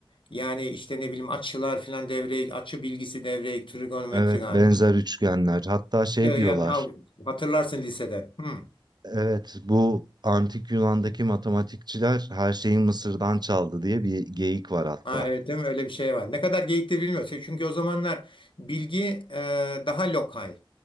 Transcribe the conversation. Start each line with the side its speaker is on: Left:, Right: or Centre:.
Left: Yani işte ne bileyim açılar filan devreye, açı bilgisi devreye, trigonometri
Right: Evet,
Left: galiba.
Right: benzer üçgenler. Hatta şey
Left: Ee, yani
Right: diyorlar.
Left: ha- hatırlarsın liseden. Hı.
Right: Evet, bu antik Yunan'daki matematikçiler her şeyi Mısır'dan çaldı diye bir geyik var hatta.
Left: Ha, evet değil mi? Öyle bir şey var. Ne kadar geyiktir bilmiyoruz. Şey, Çünkü o zamanlar bilgi e, daha lokal.